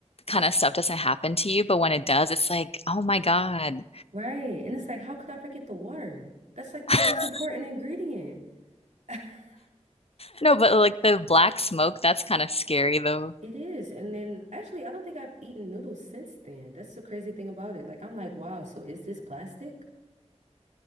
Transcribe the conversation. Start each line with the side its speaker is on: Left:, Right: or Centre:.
Left: kind of stuff doesn't happen to you, but when it does, it's like, oh my God.
Right: Right. And it's like, how could I forget the water? That's like
Left: <laughs>
Right: the most important ingredient. <laughs>
Left: No, but like the black smoke, that's kind of scary though.
Right: It is. And then actually, I don't think I've eaten noodles since then. That's the crazy thing about it. Like, I'm like, wow, so is this plastic?